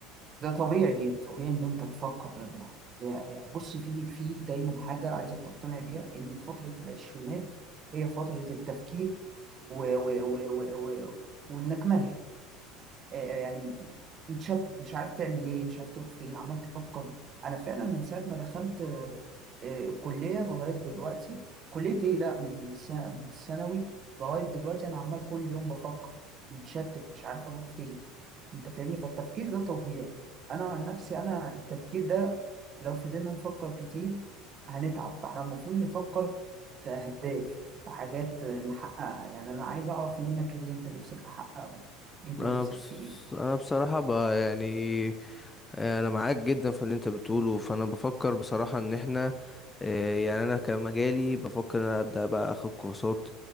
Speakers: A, on the right; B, on the left.
A: ده طبيعي طبيعي ان انت تفكر يعني يعني بص في في دايما حاجة عايزك تقتنع بيها ان فترة العشرينات هي فترة التفكير و و و و و وانك ملهي آه، آه، يعني متشتت مش عارف تعمل ايه مش عارف تروح فين عمال تفكر انا فعلا من ساعه ما دخلت آه، آه، الكليه لغايه دلوقتي كليه ايه لا من سنة من الثانوي لغايه دلوقتي انا عمال كل يوم بفكر متشتت مش عارف اروح فين انت فاهمني فالتفكير ده طبيعي انا عن نفسي انا التفكير ده لو فضلنا نفكر كتير هنتعب فاحنا المفروض نفكر في اهداف في حاجات نحققها يعني انا عايز اعرف منك إيه اللي انت نفسك تحققه انت
B: انا
A: نفسك
B: بص...
A: في ايه
B: انا بصراحة ب... يعني انا معاك جدا في اللي انت بتقوله فانا بفكر بصراحة ان احنا آه، يعني انا كمجالي بفكر ان أنا ابدا بقى اخد كورسات